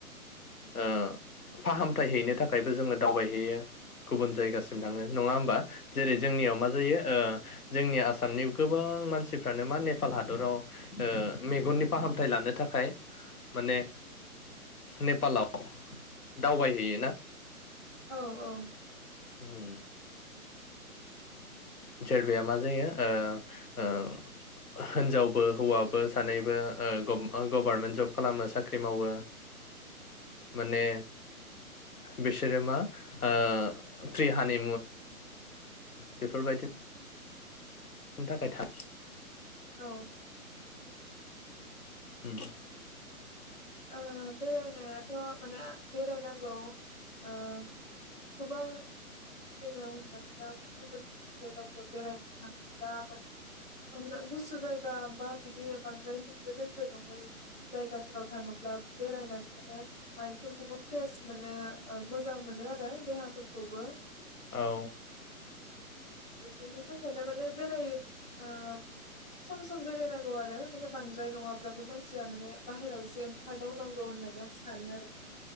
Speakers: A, on the left; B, in the centre.
A: ओ फाहामथाय हैनो थाखायबो जोङो दावबायहैयो। गुबुन जायगासिम थाङो
B: औ
A: नङा होमबा जेरै जोंनियाव मा जायो ओ जोंनि आसामनि गोबां मानसिफ्रानो मा नेपाल हादराव ओ मेगननि फाहामथाय लानो थाखाय माने नेपालाव दावबायहैयो ना?
B: औ औ।
A: होम। जेरबाया मा जायो ओ ओ हिनजावबो हौवाबो सानैबो ओ गब गभारमेन्ट जब खालामो साख्रि मावो माने बिसोरो मा ओ प्रिहानि बेफोरबायदि। खोंथाखाय था
B: औ।
A: ओम।
B: औ बेरायनायाथ' माने बेरायनांगौ ओ गोबां जोङो हमनानै ला गुबुन जायगाफोराव बेरायनो थाङोब्ला हमना गुसु जायगा बा बिदि बांद्राय होंगो-दोंगो नङै जायगा फोराव थाङोब्ला बेरायनानै माने माइन्द फोरफोरखौबो फ्रेस मोनो। ओ मोजां मोनो आरो देहाफोरख खौबो
A: औ।
B: बेफोरनि थाखायनो माने बेराय ओ सम सम बेरायनांगौ आरो। आरो बेनि बांद्राय नङाब्लाबो मानसिया माने बाहेराव एसे ओंखारदावनांगौ होननानै आं सा सानो आरो माने